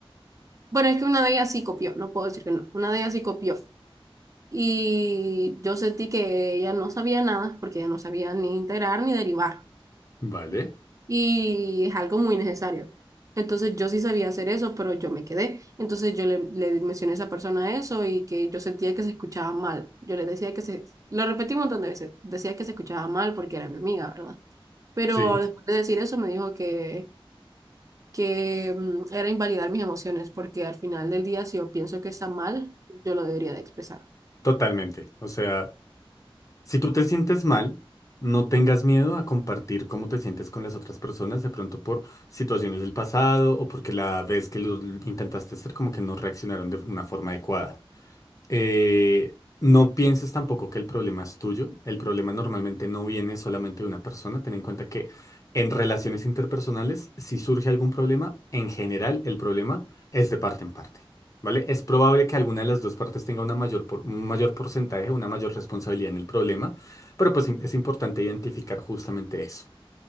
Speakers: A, on the right (about 35°); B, on the left (about 35°).
A: bueno, es que una de ellas sí copió, no puedo decir que no, una de ellas sí copió. Y yo sentí que ella no sabía nada, porque ella no sabía ni integrar ni derivar.
B: vale,
A: Y es algo muy necesario. Entonces yo sí sabía hacer eso, pero yo me quedé. Entonces yo le, le mencioné a esa persona eso y que yo sentía que se escuchaba mal. Yo le decía que se, lo repetí un montón de veces, decía que se escuchaba mal porque era mi amiga, ¿verdad? Pero
B: sí,
A: después de decir eso me dijo que que mm, era invalidar mis emociones, porque al final del día, si yo pienso que está mal, yo lo debería de expresar.
B: totalmente. O sea, Si tú te sientes mal, no tengas miedo a compartir cómo te sientes con las otras personas, de pronto por situaciones del pasado o porque la vez que lo intentaste hacer como que no reaccionaron de una forma adecuada eh, no pienses tampoco que el problema es tuyo. El problema normalmente no viene solamente de una persona. Ten en cuenta que en relaciones interpersonales, si surge algún problema, en general el problema es de parte en parte. ¿Vale? Es probable que alguna de las dos partes tenga una mayor por- un mayor porcentaje, una mayor responsabilidad en el problema, pero pues im- es importante identificar justamente eso.